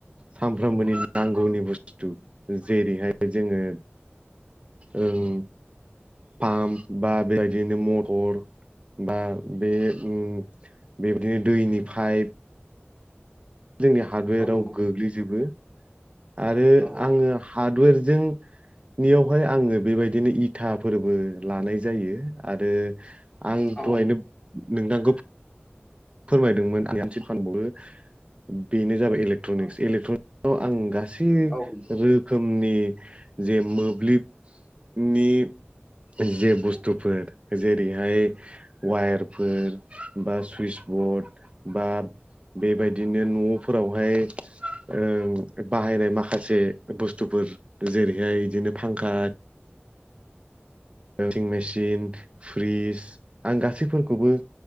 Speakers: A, on the right (about 30°); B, on the left (about 20°).
A: सानफ्रामबोनि नांगौनि बुस्थु जेरैहाय जोङो ओं पाम्प बा बेबायदिनो मथर बा बे उम बेबादिनो दैनि पाइप जोंनि हादवेराव
B: औ नंगौ
A: गोग्लैजोबो आरो
B: औ
A: आङो हार्डवेरजों नियावहाय आङो बेबायदिनो इथा फोरबो लानाय जायो आरो आं
B: औ
A: दहायनो नोंथांखौ फोरमायदोंमोन आं आसे फानबावो बेनो जाबाय इलेक्ट्रनिक्स
B: औ
A: इलेक्ट्रनिक्साव आं गासै
B: औ नंगौ
A: रोखोमनि जे मोब्लिबनि जे बुस्थुफोर जेरैहाय वायारफोर बा सुइसबर्ड बा बेबायदिनो न'फोरावहाय ओ बाहायनाय माखासे बुस्थुफोर जेरैहाय बिदिनो फांखा अलदिं मेसिन फ्रिज आं गासैफोरखौबो